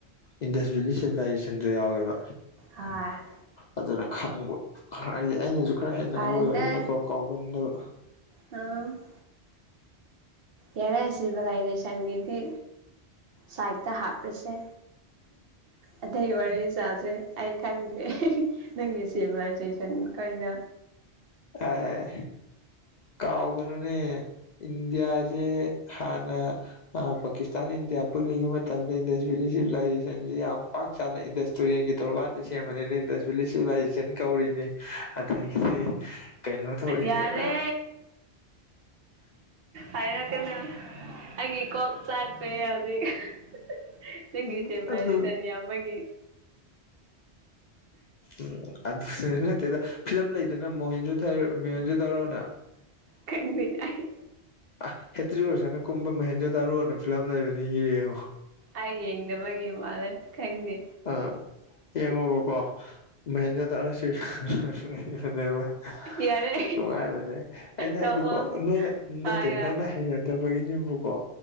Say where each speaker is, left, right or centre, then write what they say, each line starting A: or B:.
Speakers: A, on the left; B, on the right.
A: ꯏꯟꯗꯁꯕꯦꯂꯤ ꯁꯤꯚꯤꯂꯥꯏꯖꯦꯁꯟꯗꯣ ꯌꯥꯎꯋꯦꯕ
B: ꯍꯣꯢ
A: ꯑꯗꯨꯅ ꯈꯪꯕ ꯍꯥꯏꯗꯤ ꯑꯩꯅꯁꯨ ꯈꯔ ꯍꯩꯅꯕ
B: ꯐꯔꯦꯗ
A: ꯑꯣꯏꯕꯅꯤꯅꯀꯣ ꯀꯥꯎꯒꯟꯗꯕ
B: ꯑꯝ ꯌꯥꯔꯦ ꯁꯤꯕꯂꯥꯏꯗꯦꯁꯪꯒ‌ꯦꯗꯤ ꯁꯥꯏꯇ ꯍꯥꯞ꯭ꯔꯁꯦ ꯑꯇꯩ ꯋꯥꯔꯤ ꯁꯥꯁꯤ ꯑꯩ ꯈꯪꯗ‌ꯦ ꯅꯪꯒꯤ ꯁꯤꯂꯥꯏꯖꯦꯁꯟ ꯀꯣꯏꯗ
A: ꯑꯦ ꯀꯥꯎꯒꯅꯨꯅ‌ꯦ ꯏꯟꯗꯤꯌꯥꯖꯦ ꯍꯥꯟꯅ ꯑ ꯄꯥꯀꯤꯁꯇꯥꯟ ꯏꯟꯗꯤꯌꯥ ꯄꯨꯜꯂꯤꯉꯩ ꯃꯇꯝꯗꯩ ꯁꯤꯚꯂꯥꯏꯖꯦꯁꯟꯁꯤ ꯌꯥꯝ ꯄꯥꯛꯆꯅ ꯇꯨꯔꯦꯟꯒꯤ ꯇꯣꯔꯕꯥꯟꯗ ꯁꯦꯝꯕꯅꯤꯅ ꯏꯟꯗꯁꯇ꯭ꯔꯤꯂꯤꯁ ꯁꯤꯚꯂꯥꯏꯖꯦꯁꯟ ꯀꯧꯔꯤꯅꯤ ꯑꯗꯒꯤꯗꯤ ꯀꯩꯅꯣ ꯇꯧꯔꯤꯅꯤ
B: ꯌꯥꯔꯦ
A: ꯃꯌꯥꯝ
B: ꯍꯥꯏꯔꯛ ꯑꯩꯒꯤ ꯀꯣꯛꯆꯥꯛꯇ‌ꯧ ꯍꯧꯖꯛ ꯅꯪꯒꯤ
A: ꯎꯝ
B: ꯁꯦꯕ‌ꯦꯂꯩꯁꯟ
A: ꯑꯗꯨ
B: ꯌꯥꯝꯕꯒꯤ
A: ꯎꯝ ꯑꯗꯨ ꯅꯠꯇꯦꯗ ꯐꯤꯂꯝ ꯂꯩꯗꯅ ꯃꯣꯍꯦꯟꯖ ꯃꯣꯍꯦꯟꯖꯙꯧꯔꯣꯅ
B: ꯈꯪꯗꯦ ꯑꯩ
A: ꯑꯥ ꯍꯦꯇ꯭ꯔꯤ ꯑꯣꯏꯁꯅ ꯀꯨꯝꯕ ꯃꯍꯦꯟꯖ ꯇꯥꯔꯨꯅ ꯐꯤꯂꯝ ꯂꯩꯕꯅꯤ ꯌꯦꯡꯉꯣ
B: ꯑꯩ ꯌꯦꯡꯗꯕꯒꯤ ꯃꯥꯜꯂꯦ ꯈꯪꯗꯦ
A: ꯑꯥ ꯌꯦꯡꯉꯣꯕꯀꯣ ꯃꯦꯟꯖ ꯇꯔ ꯁꯤꯅꯦꯕ <inaudible>
B: ꯌꯥꯔꯦ
A: ꯅꯨꯡꯉꯥꯏꯕꯅꯦ ꯑꯩꯅ
B: ꯇꯣꯛꯑꯣ
A: ꯍꯥꯏꯗꯤꯀꯣ ꯅꯣꯏꯅ ꯅꯠꯇꯦ
B: ꯍꯣꯏ ꯍꯣꯏ
A: ꯅꯪꯅ ꯍꯩꯅꯗꯕꯒꯤꯅꯦꯕꯨꯀꯣ